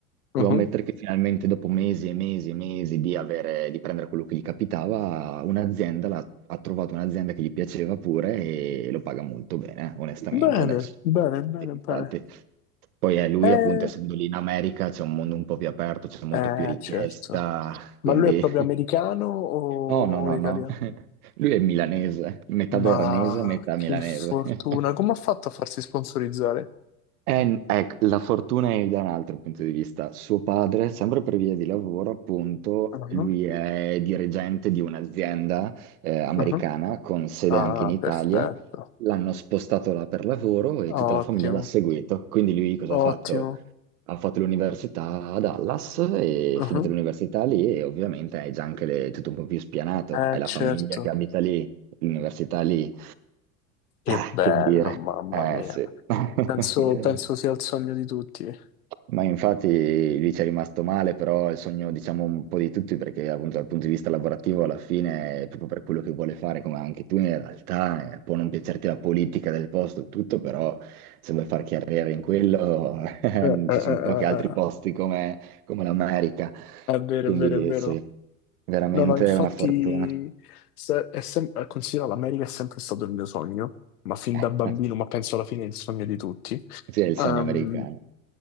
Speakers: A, on the right; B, on the left.
A: devo
B: Mhm.
A: ammettere che finalmente dopo mesi e mesi e mesi di avere, di prendere quello che gli capitava, un'azienda l'ha ha trovato un'azienda che gli piaceva pure e lo paga molto bene, eh, onestamente,
B: Bene,
A: adesso.
B: bene, bene,
A: Infatti.
B: bene.
A: Poi eh, lui,
B: Eh,
A: appunto, essendo lì in America, c'è un mondo un po' più aperto, c'è molto
B: eh,
A: più richiesta,
B: certo. Ma
A: quindi...
B: lui è proprio americano o,
A: No,
B: o
A: no, no,
B: italiano?
A: no. <laughs> Lui è milanese, metà
B: Ma
A: veronese, metà
B: che
A: milanese.
B: fortuna!
A: <laughs>
B: Come ha fatto a farsi sponsorizzare?
A: Eh, ecco, la fortuna è da un altro punto di vista. Suo padre, sempre per via di lavoro, appunto,
B: Ah,
A: lui è dirigente di un'azienda eh, americana
B: ah.
A: con sede
B: Ah,
A: anche in Italia.
B: perfetto.
A: L'hanno spostato là per lavoro e tutta
B: Ottimo,
A: la famiglia l'ha seguito. Quindi lui cosa ha fatto?
B: ottimo.
A: Ha fatto l'università a Dallas e
B: Ah,
A: finita l'università lì e ovviamente hai già anche le- tutto un po' più spianato.
B: Eh,
A: Hai la
B: certo.
A: famiglia che abita lì, l'università lì.
B: Che
A: Ah,
B: bello,
A: che dire.
B: mamma
A: Eh
B: mia.
A: sì.
B: Penso,
A: <laughs>
B: penso sia il sogno di tutti. Eh,
A: Ma infatti lui ci è rimasto male, però è il sogno, diciamo, un po' di tutti, perché appunto dal punto di vista lavorativo alla fine, proprio per quello che vuole fare, come anche tu in realtà, eh, può non piacerti la politica del posto, e tutto, però se vuoi far carriera in quello, <laughs>
B: eh, eh,
A: ci
B: eh,
A: sono pochi altri
B: eh.
A: posti come, come l'America.
B: È vero,
A: Quindi
B: è vero, è vero.
A: sì, veramente
B: No, no, infatti,
A: è una fortuna.
B: se- è sem- eh, considera l'America è sempre stato il mio sogno, ma fin
A: <laughs>
B: da bambino, ma penso alla fine è il sogno di tutti.
A: Sì, è il
B: Ehm,
A: sogno americano.